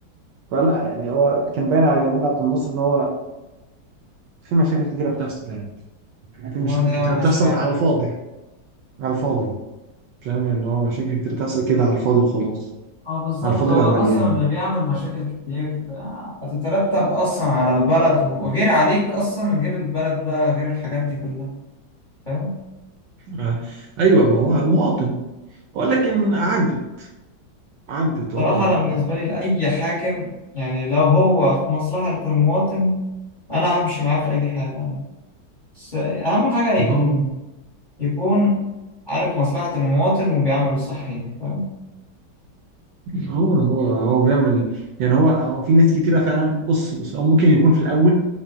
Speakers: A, on the right; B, on the left.
A: فلا يعني هو كان باين على جمال عبد الناصر ان هو في مشاكل كتيرة بتحصل يعني في مشاكل
B: هو دي
A: كتيرة
B: أوحش
A: بتحصل
B: حاجة
A: على الفاضي على الفاضي فاهم يعني هو مشاكل كتيرة بتحصل كده على الفاضي وخلاص
B: اه بالظبط
A: على الفاضي
B: هو
A: وعلى
B: أصلا
A: المليان
B: اللي
A: يعني
B: بيعمل مشاكل كتير آه، هتترتب أصلا على البلد وغير عليك أصلا غير البلد بقى غير الحاجات دي كلها فاهم
A: آه. أيوة ما هو على المواطن ولكن عدت عدت
B: صراحة
A: والله
B: أنا بالنسبة
A: يعني
B: لي لأي حاكم يعني لو هو في مصلحة المواطن أنا همشي معاه في أي حاجة بس أهم حاجة يكون
A: هو
B: يكون عارف مصلحة المواطن وبيعمل الصح يعني فاهم
A: هو هو هو بيعمل يعني هو هو في ناس كتيرة فعلا بص بص هو ممكن يكون في الأول